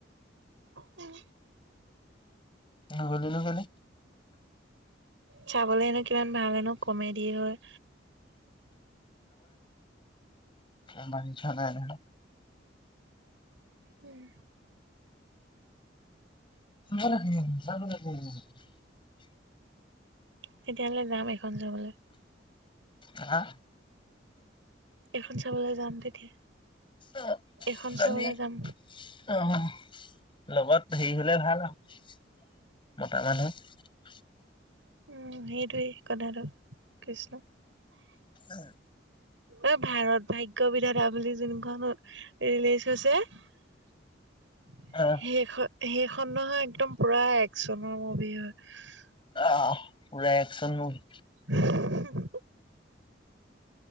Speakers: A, on the right; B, on the left.
A: অঔ
B: নগলিগে কেলি।
A: চাবলৈ হেনো কিমান ভাল হয় ন কমেডীৰ হয়।
B: আমাৰ ইঠা নাই নহয়
A: উম।
B: <unintelligible>
A: তেতিয়াহ'লে যাম এইখন জেগালে।
B: আহা।
A: এইখন চাবলৈ যাম তেতিয়া।
B: অহ
A: এখন চাবলৈ
B: দালি
A: যাম
B: অ-অহ লগত হেৰি হ'লে ভাল আৰু, মতা মানুহ।
A: উম-ম সেইটোৱেই কথাটো, কৃষ্ণ।
B: এঔ
A: এ ভাৰত ভাগ্য বিধাতা বুলি যোনখন ৰিলিজ হৈছে <inaudible>
B: অ
A: সেহখন-সেইখন নহয় একদম পুৰা একচনৰ মুভি হয়।
B: অহ পুৰা একচন মুভি।
A: হুহু ওও